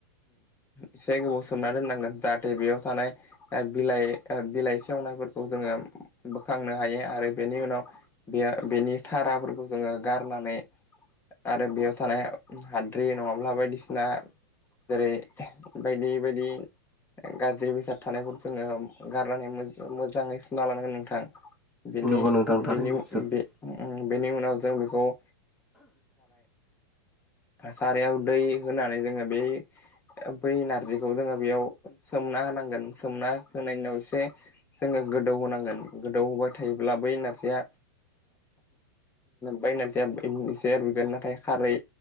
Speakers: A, on the left; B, in the centre.
A: एसे गोबाव सोमना दोननांगोन जाहाथे बेयाव थानाय। बिलाइ बिलाइ सेवनायफोरखौ जोङो बोखांनो हायो आरो बेनि उनाव बे बेनि थखराफोरखौ जोङो गारनानै आरो बेयाव थानाय हाद्रि जेरै बायदि बायदि गाज्रि बेसाद थानायखौ जोङो गारनानै मोजाङै सुना लानांगोन नोंथां। बेनि
B: नंगौ नोंथां थारैनो
A: बेनि
B: जोब
A: बे बेनि उनाव जों सारायाव दै होनानै जोङो बे बै नारजिखौ जोङो बेयाव सोमना होनांगोन सोमना होनायनिाव एसे जोङो गोदौ होनांगोन गोदौ होबाय थायोब्ला बै नारजिया। बाय नारजिया एसे रुयगोन नाथाय खारै